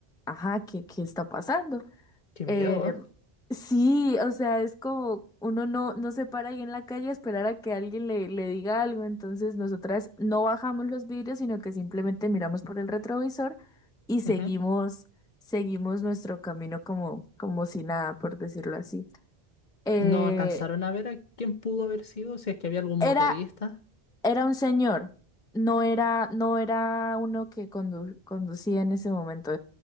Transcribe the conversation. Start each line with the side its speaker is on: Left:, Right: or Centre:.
Centre: ajá, ¿qué, qué está pasando?
Left: Qué
Centre: Eh,
Left: miedo, ¿eh?
Centre: sí, o sea, es como uno no, no se para ahí en la calle a esperar a que alguien le, le diga algo, entonces nosotras no bajamos los vidrios, sino que simplemente miramos por el retrovisor y seguimos,
Left: Ujú.
Centre: seguimos nuestro camino como, como si nada, por decirlo así. Eh,
Left: ¿Y no alcanzaron a ver a quién pudo haber sido? Si es que había algún
Centre: era,
Left: motorista.
Centre: era un señor, no era, no era uno que condu- conducía en ese momento,